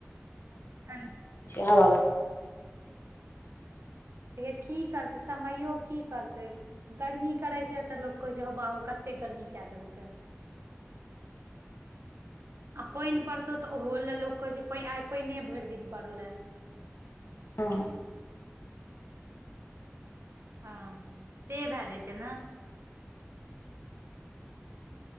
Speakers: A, on the right (about 65°); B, on the left (about 55°).
A: ठण्ड
B: <unintelligible> हवा।
A: हेया की करते समयो की करते। गर्मी करै छै तऽ लोक कहै छै हौ बाऊ कते गर्मी क देलकै।
B: <inaudible>
A: आ पानि पड़तौ तऽ ओहो ले लोक कहे छै आइ पानि भरि दिन पड़ले।
B: हँ।
A: हँ से भए जाय छैय ने।